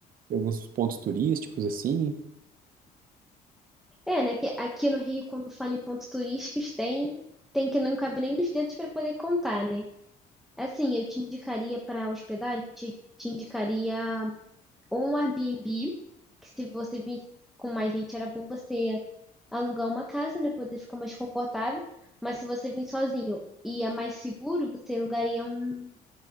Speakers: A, on the right (about 55°); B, in the centre.
A: e alguns pontos turísticos assim,
B: É, né? Que aqui no Rio, quando fala em pontos turísticos, tem, tem que não cabe nem nos dedos para poder contar, né? Assim, eu te indicaria para hospedagem, te, te indicaria ou um Airbnb, que se você visse com mais gente, era bom você alugar uma casa, né? Poder ficar mais confortável. Mas se você vir sozinho e é mais seguro, você alugaria um,